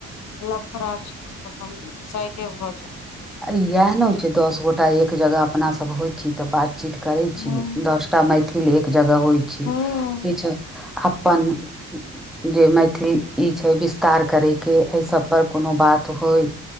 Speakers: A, on the left; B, in the centre.
A: लफरा आ तऽ तऽ सइडे भ जाउ
B: आ इएह ने होइ छै दस गोटा एक जगह अपना सभ होइत छी तऽ बात चीत करै छी
A: हँ
B: दस टा मैथिल एक जगह होइ छी
A: हूँ
B: किछ अपन जे मैथिल ई छै विस्तार करैके एहि सबपर कोनो बात होइ